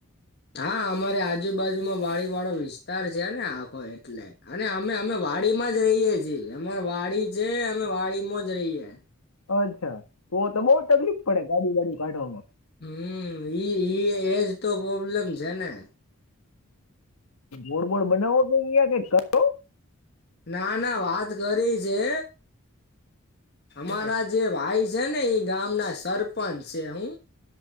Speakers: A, on the left; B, on the left.
A: હા, હમારે આજુબાજુમાં વાળીવાળો વિસ્તાર છે ને આખો એટલે. અને અમે અમે વાડીમાં જ રહીએ છે. અમાર વાળી છે. અમે વાળીમાં જ રહીએ.
B: અચ્છા, તો તો બઉ તકલીપ પડે ગાડી બાડી કાઢવામાં.
A: હમ્મ ઇ ઇ એ જ તો પોબ્લેમ છે ને.
B: ગોળ બોળ બનાવો <unintelligible> ક કરો.
A: ના ના વાત કરી છે હમારા
B: હં,
A: જે ભાઈ છે ને ઈ ગામના સરપંસ શે હો.